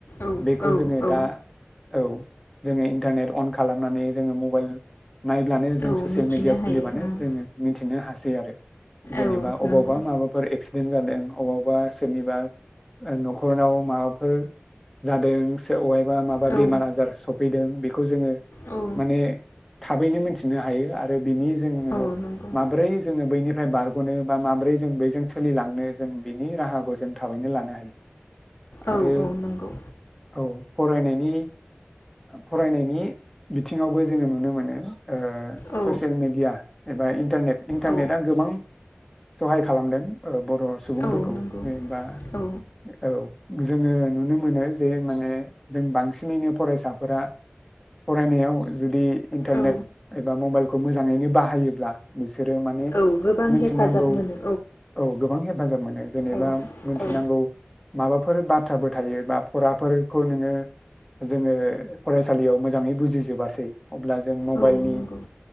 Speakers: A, on the left (about 65°); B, in the centre.
A: औ
B: बेखौ जोङो
A: औ
B: दा औ। जोङो इन्टारनेट अन खालामनानै जोङो मबाइल नायब्लानो जों
A: औ
B: ससियेल
A: मिथिनो
B: मिडिया
A: हायो
B: खुलिबानो
A: उम
B: जोङो मिन्थिनो हास सैआरो जेनेबा
A: औ
B: अबावबा
A: नंगौ
B: माबाफोर एक्सिडेन्ट जादों अबावबा सोरनिबा नखरनाव माबाफोर जादों सोर बा माबा
A: औ
B: बेमार आजार सफैदों बे खौ जोङो
A: औ
B: माने थाबैनो मिथिनो हायो आरो बिनि जोङो
A: औ नंगौ
B: माब्रै जोङो बैनि बारगनो बा माब्रै जों बैजों सोलिलांनो जों बिनि राहाखौ जों थाबैनो लानो हायो
A: औ
B: आरो
A: औ नंगौ
B: औ फरायनायनि फरायनायनि बिथिङावबो जोङो नुनो मोनो ओ
A: औ
B: ससियेल मिडिया एबा इन्टारनेट इन्टारनेटआ
A: औ
B: गोबां सहाय खालामदों ओ बर सुबुंफोरखौ
A: औ नंगौ
B: जेनबा
A: औ
B: औ जोङो नुनो मोनो जे माने जों बांसिनैनो फरायसाफोरा फरायनायाव जुदि इन्टारनेट
A: औ
B: एबा मबाइल खौ मोजाङैनो बाहायोब्ला बिसोरो माने
A: औ गोबां
B: मिथिनांगौ
A: हेफाजाब मोनो
B: औ गोबां हेफाजाब मोनो जेनेबा
A: औ
B: मिथिनांगौ
A: औ
B: माबाफोर बाथ्राबो थायो बा फराफोरखौ नोङो जोङो फरायसालियाव मोजाङै बुजिजोबासै अब्ला जों मबाइलनि
A: औ नंगौ